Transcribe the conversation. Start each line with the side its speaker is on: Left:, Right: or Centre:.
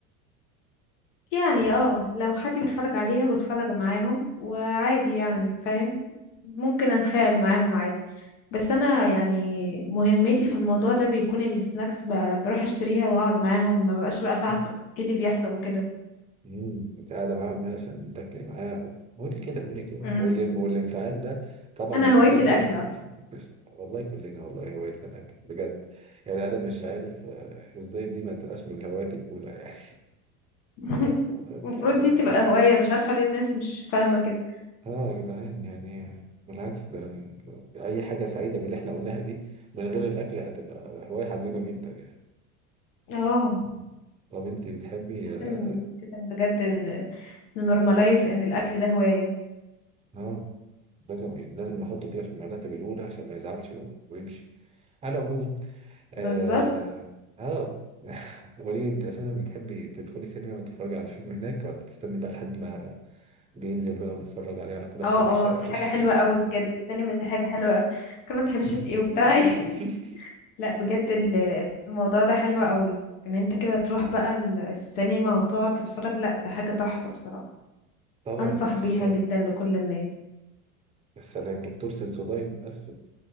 Left: يعني اه لو حد بيتفرج عليها بتفرج معاهم وعادي يعني فاهم ممكن انفعل معاهم عادي بس انا يعني مهمتي في الموضوع ده بيكون السناكس ب- بروح اشتريها واقعد معاهم ما ببقاش بقى فاهم
Right: دي
Left: ايه اللي بيحصل وكده
Right: امم انت قاعده معاها هنا عشان تاكلي معاها قولي كده قولي كده
Left: امم
Right: واللي والانفعال ده طبعا
Left: انا
Right: مش
Left: هوايتي
Right: نتيجه
Left: الاكل اصلا
Right: <laughs> مش والله كلنا والله هوايتنا الاكل بجد يعني انا مش عارف آه، ازاي دي ما تبقاش من الهوايات الاولى يعني
Left: <laughs>
Right: <laughs>
Left: المفروض
Right: لا لا
Left: دي تبقى هواية مش عارفة ليه الناس مش فاهمة كده
Right: اه يا جدعان يعني بالعكس ده ده اي حاجه سعيده من اللي احنا قلناها دي من غير الاكل هتبقى هوايه حزينه جدا يعني
Left: اه
Right: طب انت بتحبي
Left: لازم
Right: اه
Left: لازم بجد ان نورماليز ان الاكل ده هواية
Right: آه، لازم يعني لازم نحطه كده في المرتب الاولى عشان ما يزعلش ويمشي على العموم اه
Left: بالظبط
Right: آه. <laughs> قولي انت اساسا بتحبي تدخلي سينما وتتفرجي على الفيلم هناك ولا تستني بقى لحد ما بينزل بقى ونتفرج عليه على قناة
Left: اه
Right: حبيشة
Left: اه
Right: أو
Left: دي حاجة
Right: لا؟
Left: حلوة قوي بجد السينما دي حاجة حلوة قوي كانت هبشت
Right: <laughs>
Left: ايه وبتاع ايه <laughs> لا بجد ال- الموضوع ده حلو قوي ان انت كده تروح بقى ال- السينما وتقعد تتفرج لا ده حاجة تحفة بصراحة
Right: طبعا
Left: انصح
Right: وخصوصا
Left: بيها جدا لكل الناس
Right: السلام دكتور سنسوداين نفسه